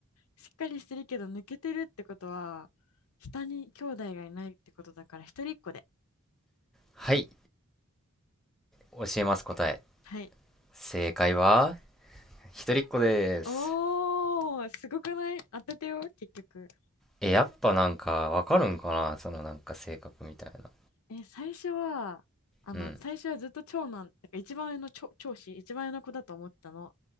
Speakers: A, on the left; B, in the centre.
A: しっかりしてるけど抜けてるってことは、下に兄弟がいないってことだから、一人っ子で。
B: はい、教えます答え。
A: はい。
B: 正解は、一人っ子です。
A: おー、すごくない当ててよ、結局。
B: え、やっぱなんか、わかるんかなそのなんか性格みたいな。
A: え、最初は、あの、
B: うん、
A: 最初はずっと長男、だから一番上の長、長子、一番上の子だと思ってたの。